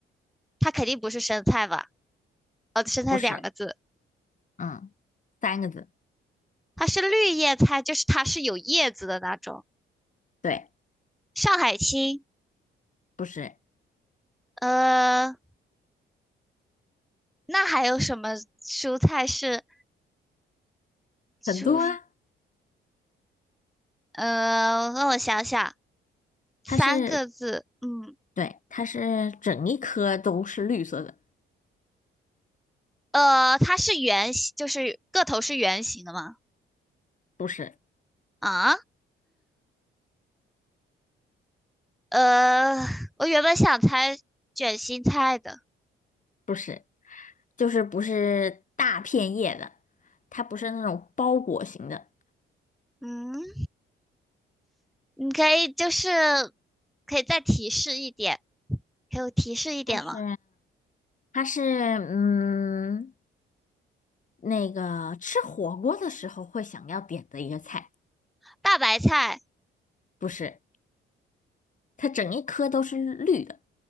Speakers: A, in the centre; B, on the left (about 40°).
A: 它肯定不是生菜吧？哦，生菜两个字，
B: 不是，嗯，三个字，
A: 它是绿叶菜，就是它是有叶子的那种。
B: 对，
A: 上海青，
B: 不是
A: 呃，那还有什么蔬菜是蔬？
B: 很多啊，
A: 呃，让我想想，三个字，
B: 它是，
A: 嗯，
B: 对，它是整一颗都是绿色的，
A: 呃，它是圆形，就是个头是圆形的吗？
B: 不是，
A: 啊，呃，我原本想猜卷心菜的，
B: 不是，就是不是大片叶的，它不是那种包裹型的，
A: 嗯，你可以就是可以再提示一点，给我提示一点吗？
B: 就是它是，嗯，那个吃火锅的时候会想要点的一个菜，
A: 大白菜
B: 不是。它整一颗都是绿的。